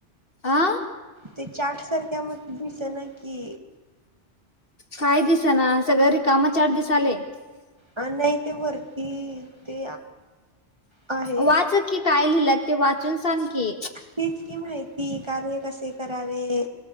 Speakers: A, on the left (about 55°); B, on the right (about 25°).
A: आह
B: ते चाट सारख्या मग दिस ना की
A: काय दिस ना सगळ र कामा चार दिस आले
B: ह नाही ते वरती ते आहे
A: वाचक की काय लिहिलं ते वाचून सांग की
B: किच कि माहिती कार्य कसे करावे